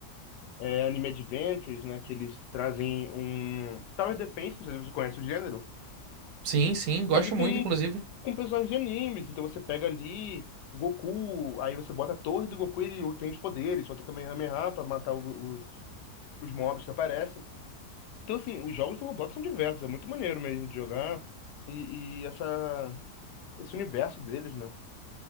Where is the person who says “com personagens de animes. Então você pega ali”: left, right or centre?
Left